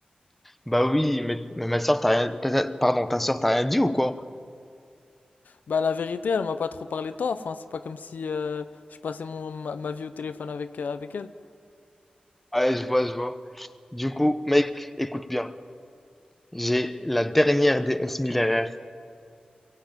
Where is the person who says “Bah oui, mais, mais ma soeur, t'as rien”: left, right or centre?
Centre